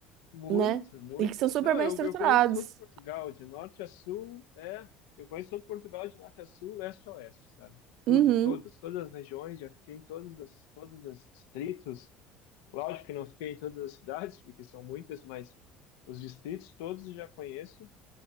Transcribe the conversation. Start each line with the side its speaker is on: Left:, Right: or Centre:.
Left: Muito,
Right: né?
Left: muito.
Right: E que são super
Left: Não,
Right: bem
Left: eu,
Right: estruturados.
Left: eu conheço todo Portugal, de norte a sul, é. Eu conheço todo Portugal, de norte a sul, leste a oeste, sabe? Tudo,
Right: Uhum.
Left: todas, todas as regiões, já fiquei em todas as, todos os distritos. Lógico que não fiquei em todas as cidades, porque são muitas, mas os distritos todos eu já conheço.